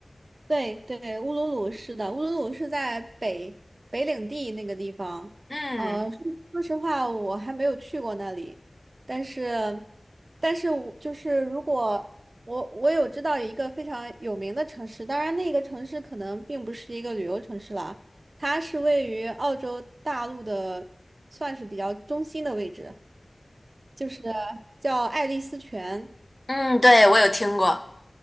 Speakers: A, on the right; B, on the left.
A: 对对，乌鲁鲁是的，乌鲁鲁是在北北领地那个地方。
B: 嗯
A: 呃，说说实话，我还没有去过那里，但是，但是我就是如果我我有知道一个非常有名的城市，当然那个城市可能并不是一个旅游城市啦，它是位于澳洲大陆的，算是比较中心的位置，就是叫爱丽丝泉。
B: 嗯，对，我有听过。